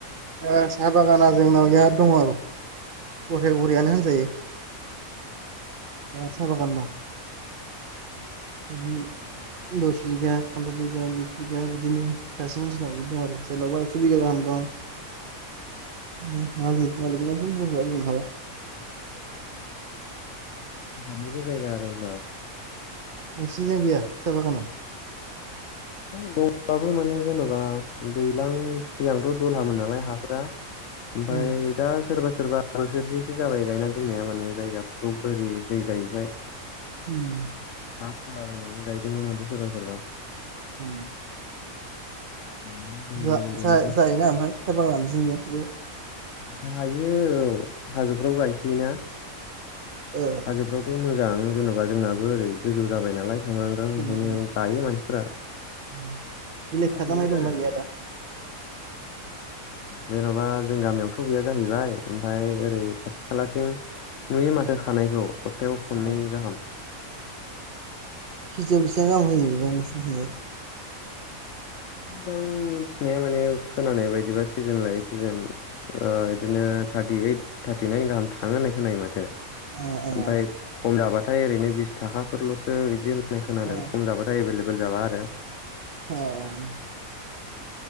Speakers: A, on the right; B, on the left.
A: आ साहा बागाना जोंनाव इहा दङ। गघरे घरियानो होनजायो बे साहा बागान दं। उम दस बिगा फन्द्र' बिगा बिस बिघा बिदिनो सासे मानसिनाव बिदि दं आरो जनावबा एकस' बिगा गाहाम दं। मालि मालिनाथ' बुरजा बुंनो हाला
B: आंहादानिबो जायगा आरो ओमबा
A: नोंसिनिजों गैया सा बागाना
B: दंबाबो माने जेनेबा दैज्लां सिगांथ' दलहामोन नालाय हाफोरा ओमफ्राय
A: उम
B: दा सोरबा सोरबा नोंसोरसो जाबाय गायना दोननाया माने जायगाफोरखौ बोरै दै गायोखाय
A: उम
B: हा सोलाबायनानै गायदों मादो सोरबा सोरबा
A: <unintelligible>
B: गायनानै दोनदों
A: जा
B: बेनिफ्राय
A: जा जायोना ओमफ्राय थाइबा लानोफनबो
B: गायो औ हाजोफ्राव गायसै ना
A: ओ
B: हाजोफ्रावथ' मोजां जेन'बा जोंनाबो ओरै गोजौ जाबाय नालाय ांग्रां ओंखायनो
A: उम उम
B: गायो मानसिफोरा
A: उम बिलाइ खाजानाय
B: नुयो
A: दंना
B: आरो
A: गैया दा?
B: जेन'बा जों गामियावथ' गैया जाहैबाय ओमफाय ओरै खाथि खालाथिं नुयै माथो खानायखौ सप्तायाव खननै
A: औ
B: गाहाम
A: फिजयाव बेसेबां गाहाम होयो <unintelligible>
B: बे आं मिथिनाया माने खोनानाय बायदिबा सिजोन लायो सिजोन बिदिनो थार्टि ओइट थार्टिनाइन गाहाम थाङो होननाय खोनायो माथो।
A: अ औ
B: ओमफ्राय खम जाबाथाय ओरैनो बिस थाखाफोरल'सो बिदिनो नाय खोनादों
A: ओ
B: खम जाबाथाय एभेलेबेल जाबा आरो
A: औ।